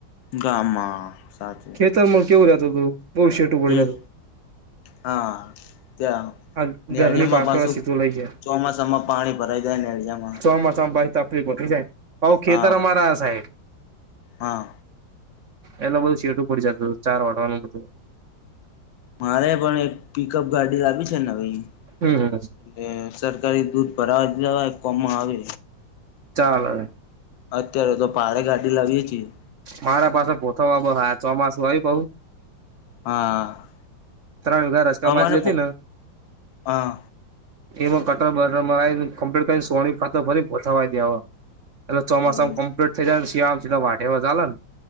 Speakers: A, on the left (about 80°); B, on the right (about 55°).
A: ગામમાં, સાચું.
B: <unintelligible> કેવું રહેતું તું, બહુ શેટું પડી
A: હમ
B: જાતું.
A: હા. ત્યાં
B: આ
A: ન્યાંળિમાં
B: ઘરની પાછળ
A: પાસું
B: સીધું લઈ ગયા
A: ચોમાસામાં પાણી ભરાઈ જાય ને એરિયામાં.
B: ચોમ્બા ચોમ્બા તકલીફો હોતી જાએ. ઓ ખેતર ખેતર
A: હા
B: અમારા આ સાહેબ.
A: હા
B: એટલે બધું સેટું પડી જતું હતું ચાર વટવાનું બધું
A: મારે પણ એક પિકઅપ ગાડી લાવી છે નવી
B: હમ
A: એટલે સરકારી દૂધ ભરાવા દવા આપવામાં આવે.
B: ચાલે
A: અત્યારે તો પાડે ગાડી લાવીએ છીએ
B: મારા પાસે ભોથબ હા ચોમાસું આવીય બઉ
A: હા.
B: ત્રણ ગ રસકા
A: અમારે
B: બાજરી હતી ને
A: હા
B: એમાં કટર બટરને કમ્પલીટ કરીને સો ખાતો ભરી પોઠવા દેવા. એટલે ચોમાસમ્પલીટ
A: એવું
B: થઈ જાયને શિયામ સીધા વાઢામાં ચાલે ને